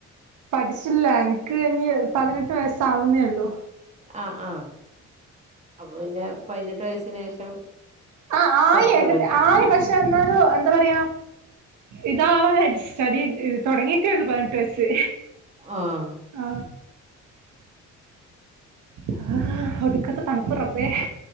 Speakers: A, on the right; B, on the right.
A: പഠിച്ചില്ല എനിക്ക് ഇനി പതിനെട്ട് വയസ്സ് ആവുന്നേ ഉള്ളു
B: ആ ആ അപ്പൊ പിന്നെ പതിനെട്ട് വയസ്സിന് ശേഷം
A: ആഹ് ആയി
B: പറ്റുള്ളൂല്ലേ
A: ആയി പക്ഷെ - എന്നാലും എന്താ പറയാ ഇതാവാന് സ്റ്റഡി തുടങ്ങി പതിനെട്ടു വയസ്സ്
B: ആഹ്
A: ആ ആ ഒടുക്കത്തെ തണുപ്പ് റബ്ബെ